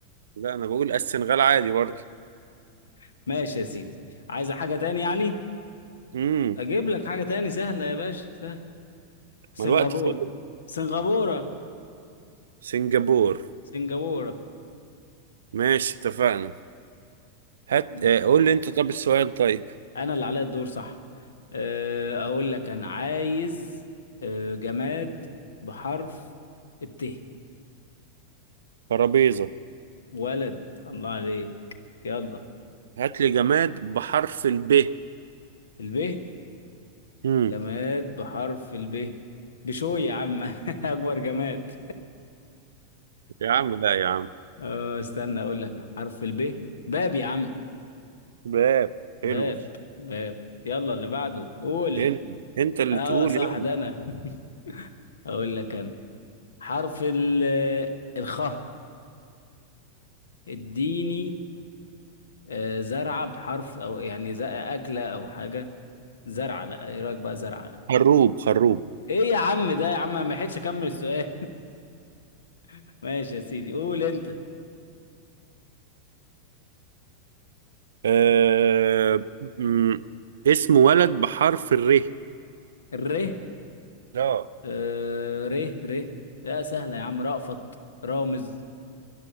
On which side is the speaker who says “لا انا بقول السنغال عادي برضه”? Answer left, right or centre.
Right